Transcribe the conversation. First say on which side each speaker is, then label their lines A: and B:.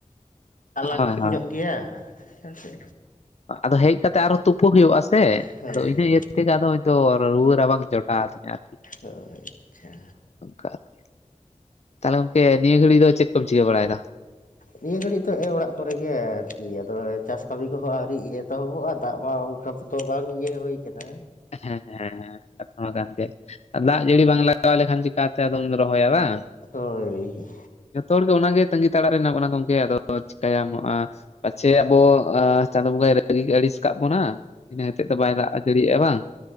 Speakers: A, on the left (about 85°); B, on the left (about 55°).
A: ᱟᱞᱟᱜᱽ
B: ᱦᱳᱭ ᱦᱳᱭ
A: ᱧᱚᱜ ᱜᱮᱭᱟ ᱦᱮᱸ ᱥᱮ
B: ᱟᱫᱚ ᱦᱮᱡ ᱠᱟᱛᱮᱜ ᱟᱨᱦᱚᱸ ᱛᱩᱯᱩ ᱦᱩᱭᱩᱜᱼᱟᱥᱮ
A: ᱦᱳᱭ
B: ᱟᱫᱚ ᱤᱱᱟᱹ ᱤᱭᱟᱹ ᱛᱮᱜᱮ ᱟᱫᱚ ᱨᱩᱣᱟᱹ ᱨᱟᱵᱟᱝ ᱡᱚᱴᱟᱣ ᱫᱤᱧᱟ
A: ᱦᱳᱭ ᱟᱪᱪᱷᱟ
B: <unintelligible> ᱛᱟᱦᱚᱞᱮ ᱜᱚᱢᱠᱮ ᱱᱤᱭᱟᱹ ᱜᱷᱟᱹᱲᱤᱡ ᱫᱚ ᱪᱮᱫ ᱠᱚᱢ ᱪᱤᱠᱟᱹ ᱵᱟᱲᱟᱭᱮᱫᱟ
A: ᱱᱤᱭᱟᱹ ᱜᱷᱟᱹᱲᱤᱡ ᱫᱚ ᱮ ᱚᱲᱟᱜ ᱠᱚᱨᱮᱜᱮ ᱟᱨᱠᱤ ᱟᱫᱚ ᱪᱟᱥ ᱠᱟᱹᱢᱤ ᱠᱚᱦᱚᱸ ᱟᱹᱣᱨᱤ ᱮᱛᱚᱦᱚᱵᱚᱜᱼᱟ ᱫᱟᱜ ᱢᱟ ᱚᱱᱠᱟ ᱛᱚ ᱵᱟᱝ ᱤᱭᱟᱹ ᱦᱩᱭ ᱟᱠᱟᱱᱟ
B: ᱦᱮᱸ ᱦᱮᱸ ᱠᱟᱛᱷᱟ ᱢᱟ ᱠᱟᱱ ᱜᱮ ᱫᱟᱜ ᱡᱟᱹᱲᱤ ᱵᱟᱝ ᱞᱟᱜᱟᱜ ᱛᱟᱞᱮ ᱠᱷᱟᱱ ᱪᱤᱠᱟᱛᱮ ᱟᱫᱚᱢ ᱨᱚᱦᱚᱭᱟ ᱵᱟᱝ
A: ᱦᱚᱭ
B: ᱡᱚᱛᱚ ᱦᱚᱲ ᱜᱮ ᱚᱱᱟᱜᱮ ᱛᱟᱸᱜᱤ ᱛᱟᱲᱟᱜ ᱨᱮ ᱦᱮᱱᱟᱜ ᱵᱚᱱᱟ ᱜᱚᱝᱠᱮ ᱟᱫᱚ ᱪᱮᱤᱠᱟᱹᱭᱟᱢ ᱯᱟᱪᱮ ᱟᱵᱚ ᱪᱟᱸᱫᱩ ᱵᱚᱝᱜᱟ ᱟᱹᱲᱤ ᱟᱹᱲᱤᱥ ᱠᱟᱜ ᱵᱚᱱᱟ ᱤᱱᱟᱹ ᱦᱚᱛᱮᱡ ᱛᱮ ᱵᱟᱭ ᱫᱟᱜ ᱡᱟᱹᱲᱤᱭᱜᱼᱟ ᱵᱟᱝ